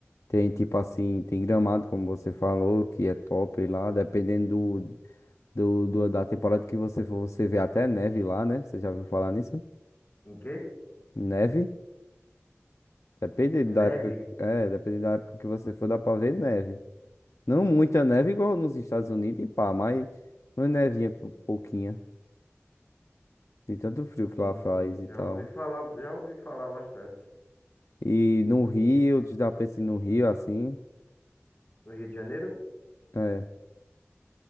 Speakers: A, on the left (about 80°); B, on the left (about 45°).
A: Tem tipo assim, tem Gramado, como você falou, que é top lá, dependendo do, do- da temporada que você for, você vê até neve lá, né? Você já ouviu falar nisso?
B: Em quê?
A: Neve? Depende
B: Neve?
A: da época, que- é, depende da época que você for, dá pra ver neve. Não muita neve igual nos Estados Unidos e pá, mas uma nevinha pou- pouquinha. De tanto frio
B: Sim,
A: que lá faz
B: sim,
A: e
B: já
A: tal.
B: ouvi falar, já ouvi falar bastante.
A: E no Rio,
B: E-
A: tu já pensa em ir no Rio assim?
B: No Rio de Janeiro?
A: É,